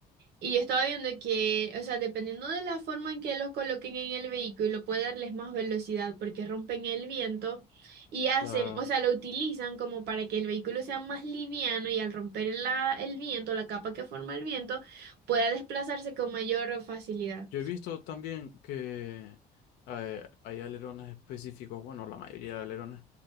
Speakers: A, on the right; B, on the left.
A: Y yo estaba viendo que, o sea, dependiendo de la forma en que los coloquen en el vehículo, puede darles más velocidad porque rompen el viento y hacen,
B: Claro.
A: o sea, lo utilizan como para que el vehículo sea más liviano y al romper la, el viento, la capa que forma el viento, pueda desplazarse con mayor facilidad.
B: Yo he visto también que eh, hay alerones específicos, bueno, la mayoría de alerones,